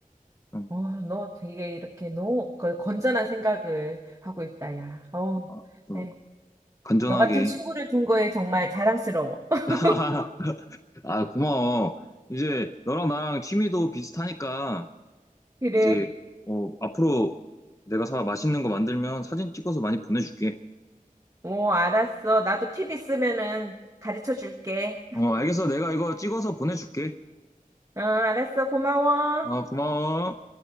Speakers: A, on the left; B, on the right.
A: 응.
B: 어, 너 되게 이렇게 너무 그 건전한 생각을 하고 있다, 야. 어,
A: 아, 또
B: 네.
A: 건전하게.
B: 너 같은 친구를 둔 거에 정말 자랑스러워. <laughs>
A: <laughs> 아, 고마워. 이제 너랑 나랑 취미도 비슷하니까
B: 그래.
A: 이제 어, 앞으로 내가 사 맛있는 거 만들면 사진 찍어서 많이 보내줄게.
B: 어, 알았어. 나도 팁 있으면은 가르쳐 줄게.
A: 어, 알겠어. 내가 이거 찍어서 보내줄게.
B: 아 알았어. 고마워.
A: 어, 고마워.